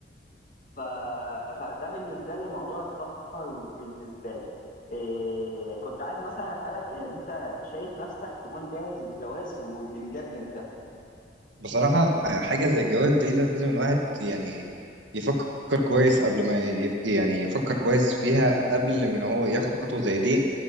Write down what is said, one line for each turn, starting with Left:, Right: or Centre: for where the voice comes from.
Left: ف... فده بالنسبة لي موضوع السفر بالنسبة لي إيه... كنت عايز مثلا أسألك آه، أنت شايف نفسك تكون جاهز للجواز والإنجاب إمتى؟
Right: بصراحة آه، حاجة زي الجواز دي لازم الواحد يعني يفكر كويس قبل ما يف... يعني يفكر كويس فيها قبل ما هو ياخد خطوة زي دي